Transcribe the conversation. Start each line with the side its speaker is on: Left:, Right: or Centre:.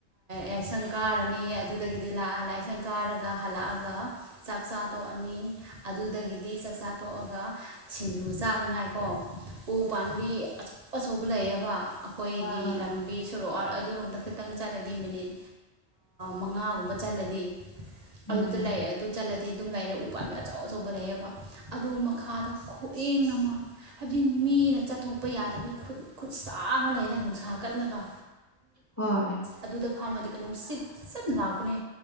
Right: ꯌꯥꯥꯏꯁꯪ ꯀꯥꯔꯅꯤ ꯑꯗꯨꯗꯒꯤꯗꯤ ꯂꯥꯏꯁꯪ ꯀꯥꯔꯒ ꯍꯜꯂꯛꯑꯒ ꯆꯥꯛ ꯆꯥ ꯇꯣꯛꯑꯅꯤ ꯑꯗꯨꯗꯒꯤꯗꯤ ꯆꯥꯛꯆꯥ ꯇꯣꯛꯑꯒ ꯁꯤꯡꯖꯨ ꯆꯥꯅꯉꯥꯏꯀꯣ ꯎ
Left: ꯎꯝ
Right: ꯄꯥꯝꯕꯤ ꯑꯆꯧ ꯑꯆꯧꯕ ꯂꯩꯌꯦꯕ ꯑꯩꯈꯣꯏꯒꯤ
Left: ꯍꯣꯏ ꯍꯣꯏ
Right: ꯂꯝꯕꯤ ꯁꯣꯔꯣꯛ ꯑꯗꯨꯔꯣꯝꯗ ꯈꯤꯇꯪ ꯆꯠꯂꯗꯤ ꯃꯤꯅꯤꯠ ꯃꯉꯥꯒꯨꯝꯕ ꯆꯠꯂꯗꯤ ꯑꯗꯨꯗ
Left: ꯎꯝ
Right: ꯂꯩꯔꯦ ꯑꯗꯨ ꯆꯠꯂꯗꯤ ꯑꯗꯨꯝ ꯂꯩꯔꯦ ꯎ ꯄꯥꯝꯃꯦ ꯑꯆꯧ ꯑꯆꯧꯕ ꯂꯩꯌꯦꯦꯕ ꯑꯗꯨ ꯃꯈꯥꯗ ꯈꯨꯌꯦꯪ ꯑꯃ ꯍꯥꯏꯕꯗꯤ ꯃꯤꯅ ꯆꯠꯊꯣꯛꯄ ꯌꯥ ꯌꯥ ꯈꯨꯠ ꯈꯨꯠ ꯁꯥ ꯑꯃ ꯂꯩ ꯅꯨꯡꯁꯥ ꯀꯜꯂꯒ
Left: ꯍꯣꯏ
Right: ꯑꯗꯨꯗ ꯐꯝꯃ ꯀ ꯁꯤ ꯐ ꯂꯥꯛꯕꯅꯦ